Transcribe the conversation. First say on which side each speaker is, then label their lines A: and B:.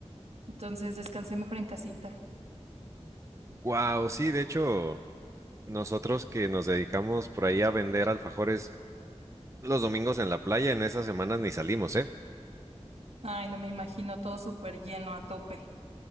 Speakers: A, on the right; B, on the right.
A: Entonces descansé mejor en casita.
B: Wow, sí, de hecho, nosotros que nos dedicamos por ahí a vender alfajores los domingos en la playa, en esas semanas ni salimos, ¿eh?
A: Ay, no me imagino todo súper lleno a tope.